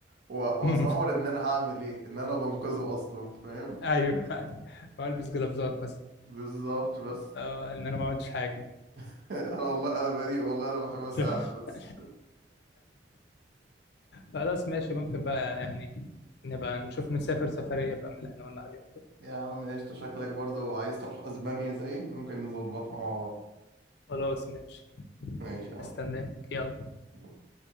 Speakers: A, on the right; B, on the left.
A: و-
B: أمم،
A: واصور
B: <laughs>
A: ان انا هعمل ايه ان انا بنقذه اصلا فاهم
B: ايوه أيوة. والبس جلافزات مثلا
A: بالظبط بس
B: آه، ان انا ما عملتش حاجه
A: <laughs> انا والله انا بريء والله انا بحب اساعد
B: <laughs>
A: بس
B: خلاص ماشي ممكن بقى يعني نبقى نشوف نسافر سفريه بقى من اللي احنا قلنا عليهم دول.
A: يا عم قشطة شكلك برضه عايز تروح اسبانيا زي ممكن نظبطها مع بعض
B: خلاص ماشي
A: ماشي يا معلم
B: استناك يلا
A: ماشي.